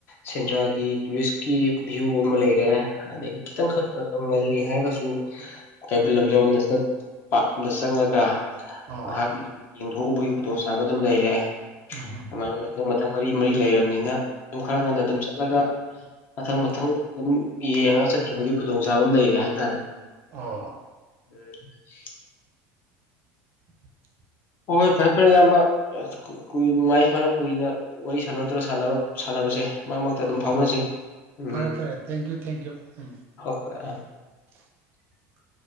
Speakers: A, on the left; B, on the right.
A: ꯁꯦꯟꯗ꯭ꯔꯥꯒꯤ ꯇꯨꯔꯤꯁꯀꯤ ꯕꯌ꯭ꯨ ꯑꯃ ꯂꯩꯔꯦ ꯑꯗꯒꯤ ꯈꯤꯇꯪꯈꯛ <unintelligible> ꯂꯤ ꯍꯥꯏꯔꯒꯁꯨ ꯀꯩꯕꯨꯜ ꯂꯝꯖꯥꯎ ꯅꯦꯁꯅꯦꯜ ꯄꯥꯛ <unintelligible> ꯗ ꯆꯪꯉꯒ
B: ꯑꯣ
A: ꯉꯥꯏꯍꯥꯛ ꯌꯦꯡꯊꯣꯛꯎꯕꯒꯤ ꯈꯨꯗꯣꯡꯆꯥꯥꯕ ꯑꯗꯨꯝ ꯂꯩꯔꯦ
B: ꯎꯝꯍꯨꯝ
A: ꯑꯗꯨꯃꯥꯏꯅ ꯃꯊꯪ ꯃꯊꯪ ꯃꯔꯤ ꯃꯔꯤ ꯂꯩꯔꯕꯅꯤꯅ ꯑꯗꯨꯝ ꯈꯔ ꯉꯟꯅ ꯑꯗꯨꯝ ꯆꯠꯂꯒ ꯃꯊꯪ ꯃꯊꯪ ꯑꯗꯨꯝ ꯌꯦꯡꯉꯒ ꯆꯠꯈꯤꯕꯒꯤ ꯈꯨ ꯗꯣꯡꯆꯥꯥꯕꯃ ꯂꯩꯔꯦ ꯍꯥꯏꯇꯥꯔꯦ꯫
B: ꯑꯣ
A: <unintelligible>
B: <unintelligible>
A: ꯍꯣꯍꯣꯏ ꯐꯔꯦ ꯐꯔꯦ ꯏꯌꯥꯝꯕ <unintelligible> ꯅꯨꯡꯉꯥꯏ ꯁꯨꯃꯥꯏ ꯀꯨꯏꯅ ꯋꯥꯔꯤ ꯁꯥꯟꯅꯗꯅ ꯁꯥꯟꯅꯕ ꯁꯥꯟꯅꯕꯁꯦ꯫ ꯃꯔꯛ ꯃꯔꯛꯇ ꯑꯗꯨꯝ
B: ꯑꯍꯣꯏ
A: ꯐꯥꯎꯅꯁꯦ ꯎꯝ
B: ꯐꯔꯦ ꯐꯔꯦ ꯊꯦꯡꯀ꯭ꯌꯨ ꯊꯦꯡꯀ꯭ꯌꯨ ꯎꯝ
A: ꯍꯣꯏ ꯍꯣꯏ ꯑꯥ
B: <unintelligible>